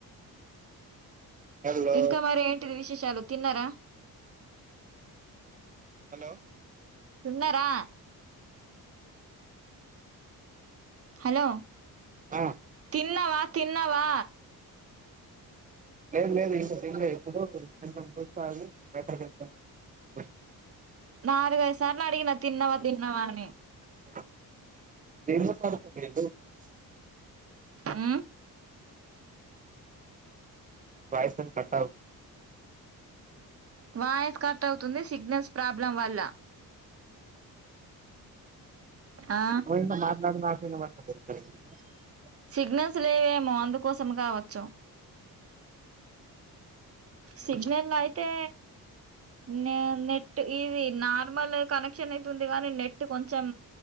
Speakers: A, on the right; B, on the right.
A: హలో
B: ఇంకా మరి ఏంటిది విశేష చాలు తిన్నారా
A: హలో
B: తిన్నారా హలో
A: ఆ
B: తిన్నవా తిన్నావా
A: లేదు లేదు ఇంకా తినలే ఇప్పుడు <unintelligible>
B: నాలుగైదు సార్లు అడిగినా తిన్నవా తిన్నవా అని
A: <unintelligible>
B: ఉమ్,
A: వాయిస్ కట్టా
B: వాయి కట్ అవుతుంది సిగ్నల్స్ ప్రాబ్లం వల్ల
A: <unintelligible>
B: ఆ
A: మాట్లాడి <unintelligible>
B: సిగ్నల్స్ లేవేమో అందుకోసం కావచ్చు సిగ్నల్ అయితే నే నెట్ ఇది నా నార్మల్ కనెక్షన్ అయితే తుంది గాని నెట్ కొంచెం